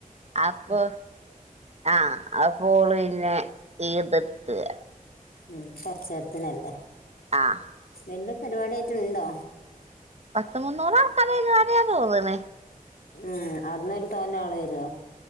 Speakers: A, on the right; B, on the left.
A: അപ്പൊ ആഹ അപ്പോൾ പിന്നെ ഏതിർത്തുക
B: ഉ പക്ഷടത്തിനല്ല
A: ആഹ
B: ഇന്ദ് പരിപാടി ആായിട്ടുണ്ടോ
A: പത്ത് മുന്നൂറ കന വരിയ തോന്നനെ
B: ഉം അവിടുന്ന് തൊന്നെ ആള് വരുവോ